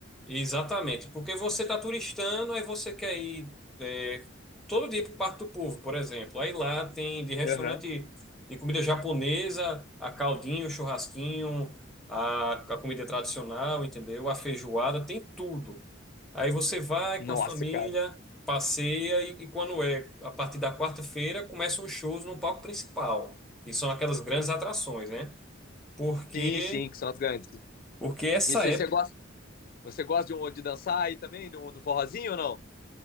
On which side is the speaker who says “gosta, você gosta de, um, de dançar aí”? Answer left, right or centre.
Left